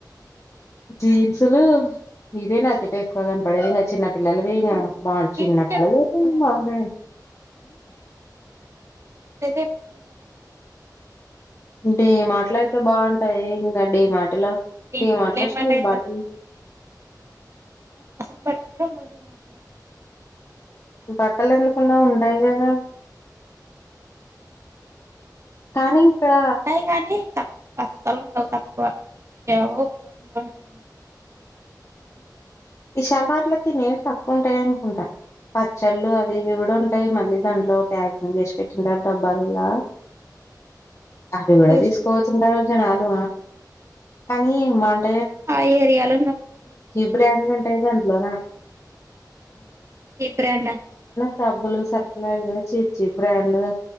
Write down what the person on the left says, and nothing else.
జీన్సులు ఇవే నాకతే ఎక్కువ కనపడేది ఇంకా చిన్న పిల్లలవి ఇంకా బాగు
చిన్నపిిల్లలు
బాగుంటాయండి
డీ మాటలు అయితే బాగుంటాయి ఇంకా డీ మాటిలో
నేం అట్లా
స్టలు బటి
బట్టలు ఎళ్కుండా ఉండయి కదా కానీ ఇక్కడ
ఈశాలమట్ల తిినేమి తక్కువ ఉంటాయి అనుకుంటా పచ్చళ్ళు అవి ఇవి కూడా ఉంటాయి మళ్ళీ దాంట్లో ప్యాకింగ్ చేసి పెట్టింటారు డబ్బాలులా అవి కూడా
తీసుకోవచ్చుంటారు జనాలు కానీ మంట
ఇ బ్రాండ్ ఉంటాయి దాంట్లోనా
సబ్బులు సర్కులా చీర్చీ బ్రాండ్గా